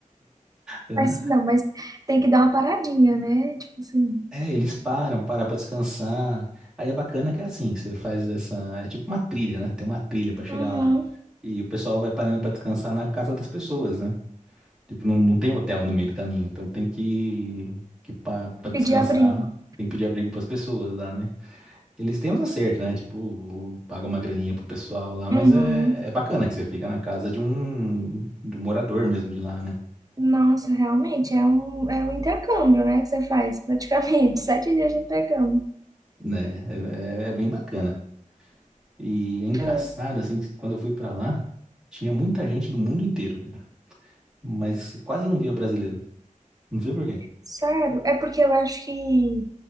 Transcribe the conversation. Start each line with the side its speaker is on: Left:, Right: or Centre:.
Centre: eu
Right: Mas
Centre: não-
Right: não, mas tem que dar uma paradinha, né? Tipo assim.
Centre: É, eles param, param pra descansar. Aí é bacana que é assim, você faz essa. É tipo uma trilha, né? Tem uma trilha pra chegar
Right: Uhum.
Centre: lá. E o pessoal vai parando pra descansar na casa das pessoas, né? Tipo, não, não tem hotel no meio do caminho. Então tem que, que pa- pra,
Right: Pedir
Centre: descansar,
Right: abrigo.
Centre: tem que pedir abrigo pras pessoas lá, né? Eles têm uns acertos, né? Tipo, paga uma graninha pro pessoal lá, mas
Right: Uhum.
Centre: é, é bacana que você fica na casa de um, de um morador mesmo de lá, né?
Right: Nossa, realmente é um, é um intercâmbio, né? Que você faz praticamente. <laughs> Sete dias de intercâmbio.
Centre: Né? É, é- é bem bacana. E é engraçado,
Right: Ah,
Centre: assim, que quando eu fui pra lá, tinha muita gente do mundo inteiro, cara. Mas você quase não via brasileiro. Não sei por quê.
Right: Sério? É porque eu acho que,